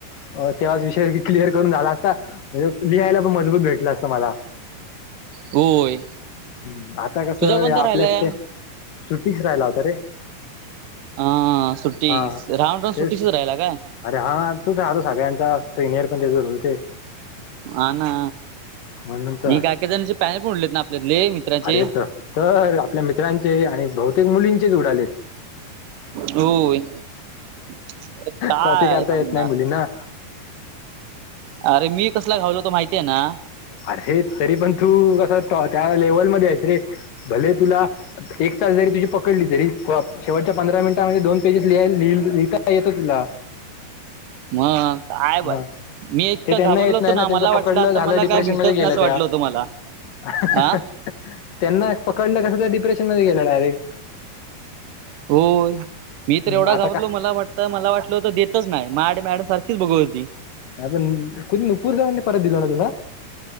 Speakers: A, on the left; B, on the right.
A: अ तेव्हाच विषय की क्लिअर करून झाला असता. म्हणजे लिहायला पण मजबूत भेटला असता मला
B: होय
A: हम्म आता कस
B: तुझा कोणता
A: आपल्याच
B: राहिलाय हा
A: स सुट्टी फिराय लावता रे
B: हा सुट्टी
A: हा
B: राहून राहून सुट्टी
A: तेच
B: सुध राहिला काय?
A: अरे हा तूच राहतो सगळ्यांचा सिनियर पण तेच बोलतं होते.
B: आ ना
A: म्हणून तर
B: मी काय काय जणांचे पॅनल फोडलेत ना आपल्यातले मित्राचे
A: अरे त तर आपल्या मित्रांचे आणि बहुतेक मुलींचेच उडालेत.
B: होय. ते काय
A: कॉपी करता
B: सांगणार
A: येत नाही मुलींना
B: अरे मी कसला घावलोत होतो माहितीये ना
A: अरे हे तरी पण तू कस त त्या लेवल मध्ये आहेस रे भले तुला एक तास जरी तुझी पकडली तरी कॉ शेवटच्या पंधरा मिनिटामध्ये दोन पेजेस लिहा लि लिहिता येत तुला
B: म काय भाई
A: मग
B: मी इतका
A: ते त्यांना
B: घाबरलो
A: येत
B: होतो
A: नाही
B: ना
A: त्यांचं
B: मला वाटलं
A: पकडलं
B: आता
A: झालं
B: मला
A: डिप्रेशन
B: काय भेटत
A: मध्ये गेलं
B: नाय असं
A: त्या
B: वाटलं होतं मला
A: <unintelligible>
B: हा
A: त्यांना पकडलं कसं त्या डिप्रेशन मध्ये गेल्या डायरेक्ट
B: होय मी तर एवढा
A: आता
B: घाबरलो
A: का
B: मला वाट त मला वाटलं होत देतच नाय मायाकडं मॅडम सारखीच बघत होती.
A: पण कु नपूर जाऊ परत दिल ना तुला.